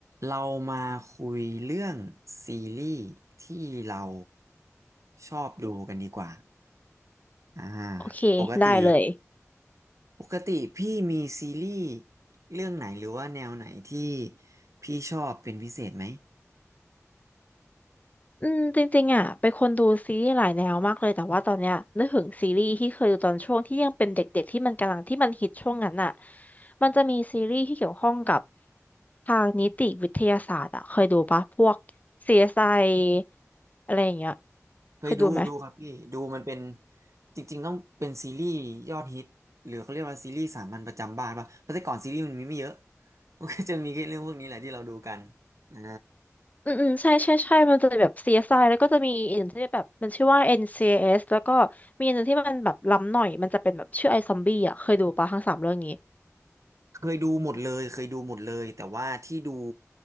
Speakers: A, on the right (about 70°); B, on the left (about 30°).
A: เรามาคุยเรื่องซีรีส์ที่เราชอบดูกันดีกว่าอ่า
B: โอเค
A: ปกติ
B: ได้เลย
A: ปกติพี่มีซีรีส์เรื่องไหนหรือว่าแนวไหนที่พี่ชอบเป็นพิเศษไหม
B: อืมจริงๆอ่ะเป็นคนดูซีรีส์หลายแนวมากเลย แต่ว่าตอนเนี้ยนึกถึงซีรีส์ที่เคยดูตอนช่วงที่ยังเป็นเด็กๆที่มันกำลังที่มันฮิตช่วงนั้นอ่ะมันจะมีซีรีส์ที่เกี่ยวข้องกับทางนิติวิทยาศาสตร์อ่ะเคยดูปะพวก CSI อสไออะไรอย่างเงี้ย
A: เคยดูดูครับพี่ดูมันเป็น
B: เคยดูไหม
A: จริงๆต้องเป็นซีรีส์ยอดฮิตหรือเขาเรียกว่าซีรีส์สามัญประจำบ้านป่ะเพราะแต่ก่อนซีรีส์มันมีไม่เยอะ <laughs> มันก็จะมีแค่เรื่องพวกนี้แหละที่เราดูกันอ่า
B: อืมอืมใช่ใช่ใช่มันจะแบบ CSI แล้วก็จะมีอีกหนึ่งที่แบบมันชื่อว่า NCIS แล้วก็มีอันหนึ่งที่มันแบบล้ำหน่อยมันจะเป็นแบบชื่อไอซอมบี้อ่ะเคยดูปะทั้งสามเรื่องนี้
A: เคยดูหมดเลยเคยดูหมดเลยแต่ว่าที่ดู